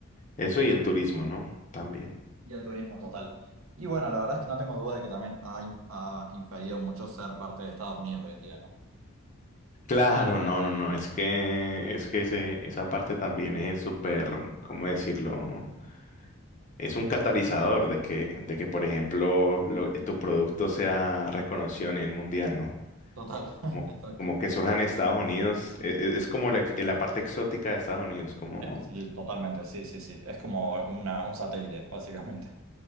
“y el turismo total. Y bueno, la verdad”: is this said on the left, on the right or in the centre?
Right